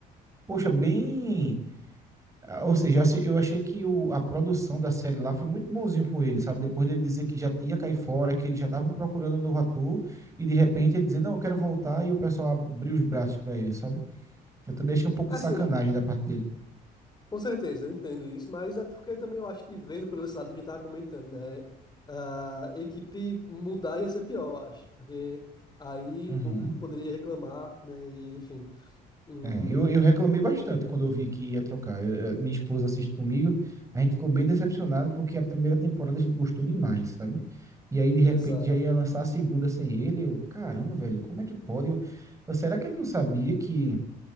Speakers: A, on the right (about 20°); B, on the left (about 25°).
A: poxa, bem ah, Ou seja, assim, eu achei que o, a produção da série lá foi muito bonzinho com ele, sabe? Depois dele dizer que já ia cair fora, que eles já estavam procurando um novo ator, e de repente ele dizer, não, eu quero voltar, e o pessoal abriu os braços para ele, sabe? Eu também achei um pouco
B: assim,
A: de sacanagem da parte dele.
B: com certeza, eu entendo isso, mas é porque também eu acho que vendo pelo esse lado que a gente tava comentando, né? A equipe mudar ia ser pior, eu acho, porque aí
A: Uhum.
B: o público poderia reclamar, né? E enfim. Hum,
A: É, eu, eu reclamei bastante quando eu vi que ia trocar. Eu, eu- minha esposa assiste comigo, a gente ficou bem decepcionado porque a primeira temporada a gente gostou demais, sabe? E aí, de repente,
B: exato.
A: já ia lançar a segunda sem ele. Eu, caramba, velho, como é que pode? Eu, eu- será que ele não sabia que